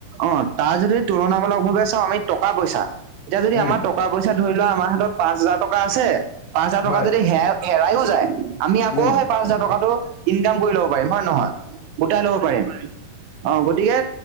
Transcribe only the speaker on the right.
অ তাৰ যদি তুলনামূলক ভাৱে চাও আমি টকা পইচা এতিয়া যদি
আমাৰ ট টকা পইচা ধৰি লোৱা আমাৰ হাতত পাঁচ হাজাৰ টকা আছে পাঁচ হাজাৰ
টকা যদি হে হেৰাইও যায় আমি আকৌ
সেই পাঁচ হাজাৰ টকাটো ইনকাম কৰি ল'ব পাৰিম হয় নে নহয় গোটাই ল'ব পাৰিম অ গতিকে